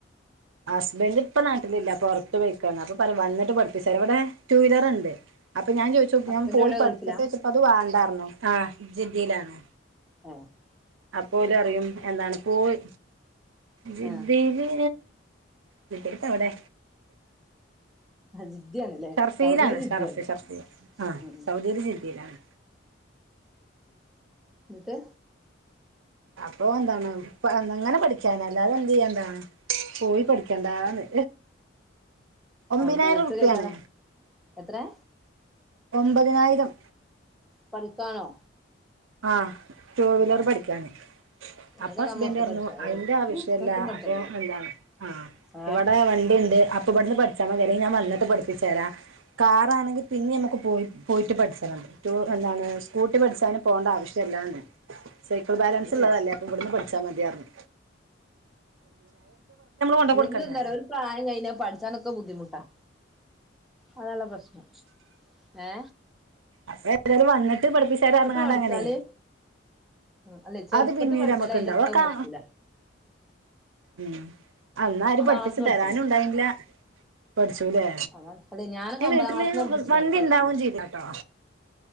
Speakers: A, on the right; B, in the centre.
A: ഹസ്ബൻഡ് ഇപ്പൊ നാട്ടിലില്ല പുറത്തു പോയിക്കാണ് അപ്പൊ വന്നിട്ട് പഠിപ്പിച്ചാർ ഇവിടെ ടു വീലർുണ്ട് ആപ്പ് അപ്പൊ ഞാൻ ചോയിച്ചു
B: ഹസ്ബൻഡ്
A: ഞാൻ പോയി
B: എവിടെ
A: പഠിക്കട്ടെ
B: ഗൾഫിലാ
A: വെച്ചപ്പോ അത് വേണ്ടാറഞ്ഞു ആ ജിയിലാണ്
B: ആ
A: അപ്പോലും അറിയും എന്താണ് പോയി ജിദിയില്
B: ആഹ്
A: വിജത്ത് അവിടെ
B: ജിദ്ദയാണ്ല്ലേ
A: ഷർഫിയിലാണ്
B: സൗദിയിലെ
A: ഷർഫി
B: ജിദ്ദയാണ്
A: ഷർഫി ആ
B: ഉം
A: സൗദി ജില്ലയിലാണ്
B: എന്നട്ട്
A: അപ്പ എന്താണ് ഇപ്പ എങ്ങനെ പഠിക്ക ക്കാൻ അല്ലാതെ എന്ത് ചെയ്യണ്ടാ പോയി പഠിക്കണ്ടന്ന് ഒമ്പതിനായിരം
B: അവിടെ ബോയ്സ്
A: റുപ്യാണ്
B: കേക്കാരം എത്രേ
A: ഒമ്പതിനായിരം
B: പഠിക്കാനോ
A: ആ ടു
B: അള്ളാ
A: വീലർ പഠിക്കാന്
B: അതൊക്കെ
A: അപ്പ ഹസ്ബൻഡ
B: നമ്മളെ ഒറ്റക്ക്
A: പറഞ്ഞു
B: പഠിച്ചാ മതി
A: അതിന്റെ ആവശ്യല്ല
B: ഇങ്ങക്കും പഠിച്ചണ്ടല്ലോ
A: അപ്പൊ എന്താണ് ആ
B: ഏഹ്
A: ഇവിടെ വണ്ടിണ്ട് അപ്പ ഇവിടുന്ന് പഠിച്ച <unintelligible> ഞാൻ വന്നട്ട് പഠിപ്പിച്ച തരാ കാറാണെങ്കിൽ പിന്നെ നമുക്ക് പോയി പോയിട്ട് പഠിച്ചാനുണ്ട് എന്താണ് സ്കൂട്ടി പഠിച്ചാലും പോകണ്ട ആവശ്യല്ലാന്ന് സൈക്കിൾ ബാലൻസ്
B: അത് ശരിയാ
A: ഉള്ളതല്ല അപ്പ ഇവിടുന്ന് പഠു <unintelligible> മതി പറഞ്ഞു കൊണ്ട
B: അല്ലെങ്കിൽ
A: കൊടുക്കണ്ടേ
B: എന്താറ ഒരു പ്രായം കഴിഞ്ഞാ പഠിച്ചാനൊക്കെ ബുദ്ധിമുട്ടാ അതല്ല പ്രശ്നം ഏ
A: അപ്പൊ ഏതായാലും വന്നിട്ട് പഠിപ്പിച്ചാര പറഞ്ഞിട്ട്
B: പഠിച്ചാല്
A: അങ്ങനെ
B: അല്ലെ ചെറുപ്പത്ത്
A: അത് പിന്നീട്
B: പഠിച്ചാല
A: നമ്മുക്ക്
B: അയിന്റെ
A: ഇണ്ടാവും
B: അത്ര
A: ഒക്കെ
B: എത്തൂല
A: ഉം അന്നര് പഠിപ്പിച്ചു
B: ക്ലാസ്ന്ന്
A: തരാനും
B: പഠിച്ച്ണ്
A: ഉണ്ടായില്ല പടി പഠിച്ചൂല്ലേ
B: അതാണ് അല്ലെ ഞാനൊക്കെ ഒമ്പതാം
A: വീട്ടില്
B: ക്ലാസ്ന്ന് പഠിപ്പിച്ച്ണ്
A: വണ്ടി
B: പഠിച്ച്ണ്
A: ഉണ്ടാവും ചെയുന്നട്ടോ